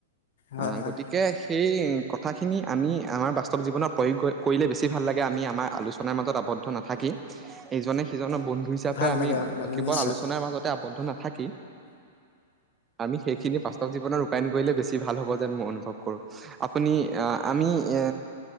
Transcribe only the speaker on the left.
হয়
হয়
ভাল
লাগে ভাল লাগে
নিশ্চয়